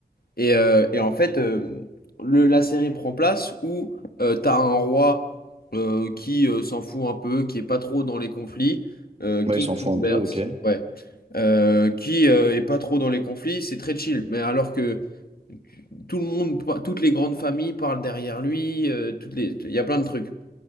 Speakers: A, on the left (about 65°); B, on the right (about 40°).
A: Et, euh, et en fait, euh, le- la série prend place où euh, t'as un roi euh, qui euh, s'en fout un peu, qui est pas trop dans les conflits, euh, King
B: Ouais, ils s'en foutent
A: Robert,
B: un peu, ok.
A: ouais, euh, qui euh, est pas trop dans les conflits, c'est très chill. Mais alors que tout le monde, pa- toutes les grandes familles parlent derrière lui, euh, toutes les, il y a plein de trucs.